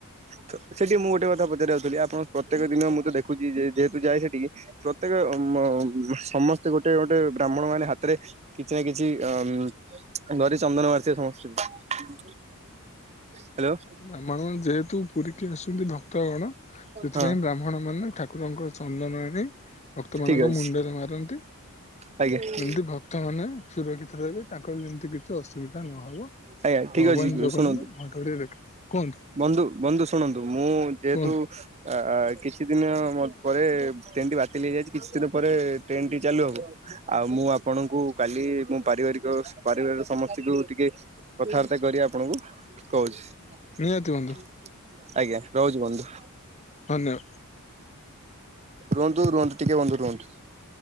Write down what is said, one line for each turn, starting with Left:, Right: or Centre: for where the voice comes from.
Right: ତ ସେଠି ମୁଁ ଗୋଟେ କଥା ପଚାର ଯାଉଥିଲି ଆପଣ ପ୍ରତ୍ୟେକ ଦିନ ମୁଁ ତ ଦେଖୁଛି ଯେହେତୁ ଯାଏ ସେଠିକି ପ୍ରତ୍ୟେକ ମ ମ ସମସ୍ତେ ଗୋଟେ ଗୋଟେ ବ୍ରାହ୍ମଣ ମାନେ ହାତରେ କିଛି ନା କିଛି ଅ ଧରି ଚନ୍ଦନ ମାରିିବ ସମସ୍ତଙ୍କୁ। ହ୍ୟାଲୋ
Left: ବ୍ରାହ୍ମଣ ଯେହେତୁ ପୁରୀ କି ଆସୁଛନ୍ତି ଭକ୍ତ କଣ ସେଥିପାଇଁ
Right: ହଁ
Left: ବ୍ରାହ୍ମଣ ମାନେ ଠାକୁରଙ୍କର ଚନ୍ଦନ ଆଣି ଭକ୍ତ ମାନଙ୍କ
Right: ଠିକ ଅଛି
Left: ମୁଣ୍ଡରେ ମାରନ୍ତି।
Right: ଆଜ୍ଞା।
Left: ଏମିତି ଭକ୍ତ ମାନେ ସୁରକ୍ଷିତ ରହିବେ ତାଙ୍କର ଯେମିତି ଏତ କିଛି ଅସୁବିଧା ନହେବ
Right: ଆଜ୍ଞା ଠିକ
Left: ଭଗବାନ
Right: ଅଛି
Left: ଜଗନ୍ନାଥ
Right: ଶୁଣନ୍ତୁ
Left: ଘଣ୍ଟଘଡେଇ ରଖିବେ। କୁହନ୍ତୁ
Right: ବନ୍ଧୁ ବନ୍ଧୁ ଶୁଣନ୍ତୁ ମୁଁ ଯେହେତୁ
Left: କୁହନ୍ତୁ
Right: ଆ କିଛି ଦିନ ମୋ ପରେ ଟ୍ରେନ ଟି ବାତିଲ ହେଇଯାଇଛି କିଛି ଦିନ ପରେ ଟ୍ରେନ ଟି ଚାଲୁ ହବ। ଆଉ ମୁଁ ଆପଣଙ୍କୁ କାଲି ମୋ ପାରିବାରିକ ପରାରିବାରରେ ସମସ୍ତଙ୍କୁ ଟିକେ କଥାବାର୍ତ୍ତା କରି ଆପଣଙ୍କୁ କହୁଛି।
Left: ନିହାତି ବନ୍ଧୁ
Right: ଆଜ୍ଞା ରହୁଚି ବନ୍ଧୁ।
Left: ଧନ୍ୟ
Right: ରୁହନ୍ତୁ ରୁହନ୍ତୁ ଟିକେ ବନ୍ଧୁ ରୁହନ୍ତୁ।